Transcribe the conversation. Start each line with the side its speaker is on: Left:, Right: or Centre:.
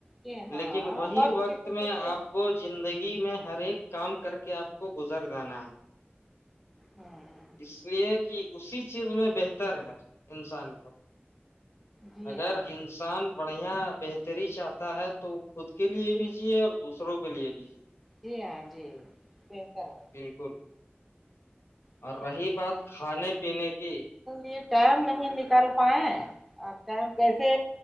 Centre: جی ہاں
Left: لیکن وہی وقت
Centre: کسی کے
Left: میں
Centre: لیے
Left: آپ کو زندگی میں ہر ایک کام کر کے آپ کو گزر جانا ہے
Centre: ہاں
Left: اس لیے کہ اسی اس چیز میں بہتر ہے انسان کو
Centre: جی
Left: اگر
Centre: ہاں
Left: انسان بڑھیا بہتری چاہتا ہے تو خود کے لیے
Centre: جی
Left: بھی چیے اور دوسروں بلیے بھیی ہے
Centre: جی ہاں جی بہتر ہے
Left: بالکل
Centre: ج <inaudible>
Left: اور رہی بات کھانے پینے کی
Centre: یہ ٹائم نہیں نکال پائائے اور ٹائم کیسے